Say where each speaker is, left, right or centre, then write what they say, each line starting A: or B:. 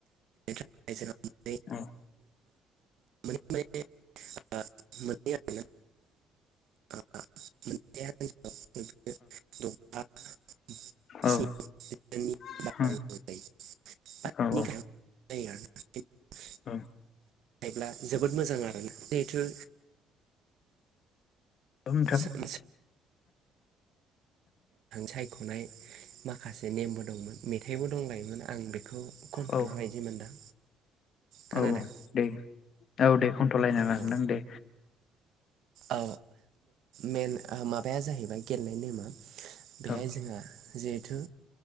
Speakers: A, on the right; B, on the left.
A: टीम जानांगौ
B: औ
A: माने माने ओ मोननै आरोना ओ मोनसे <unintelligible> स्नि
B: औ ओ
A: जोननि बारा नांगौ जायो नि
B: औ औ
A: गाहायाव <inaudible>
B: औ
A: गायोब्ला जोबोद मोजां आरोना जिहेथु <unintelligible>
B: नोंथां
A: सायख'नाय माखासे नेमबो दंमोन मेथाइबो दंलायोमोन आं बेखौ खनथ'ला
B: औ
A: बायदि मोनदां खोनादों
B: औ औ दे औ दे खनथ'लायनाङा
A: औ
B: नों दे
A: औ मेन माबाया जाहैबाय गेलनाय नेमा बेहाय
B: औ
A: जोंहा जिहेथु